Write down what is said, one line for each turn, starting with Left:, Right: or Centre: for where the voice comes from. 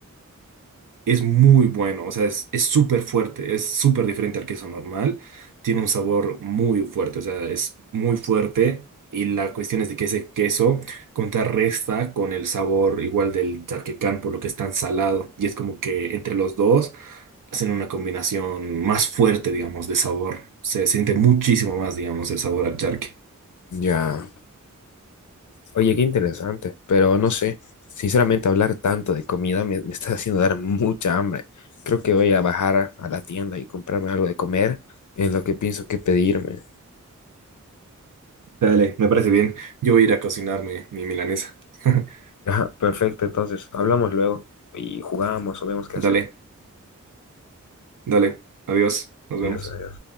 Right: es muy bueno, o sea, es es súper fuerte, es súper diferente al queso normal, tiene un sabor muy fuerte, o sea, es muy fuerte y la cuestión es de que ese queso contrarresta con el sabor igual del charquecán, por lo que es tan salado y es como que entre los dos hacen una combinación más fuerte, digamos, de sabor, se siente muchísimo más, digamos, el sabor al charque.
Left: Ya. Oye, qué interesante, pero no sé, sinceramente hablar tanto de comida me, me está haciendo dar mucha hambre. Creo que voy a bajar a la tienda y comprarme algo de comer, es lo que pienso que pedirme.
Right: Dale, me parece bien. Yo voy a ir a cocinarme mi milanesa. <laughs>
Left: Ajá, perfecto, entonces hablamos luego y jugamos o vemos qué
Right: Dale,
Left: hacemos.
Right: dale. Adiós. Nos
Left: Adiós,
Right: vemos.
Left: adiós.